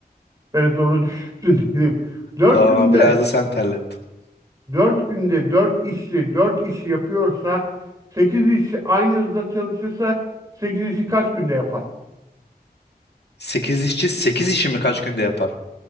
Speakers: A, on the right; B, on the left.
A: böyle zorla düşürsün <laughs> diyeyim. Dört
B: Tamam
A: günde,
B: abi. Biraz da sen terlet.
A: dört günde dört işçi, dört işi yapıyorsa, sekiz işçi aynı hızda çalışırsa, sekiz işi kaç günde yapar?
B: 8 işçi 8 işimi kaç günde yapar?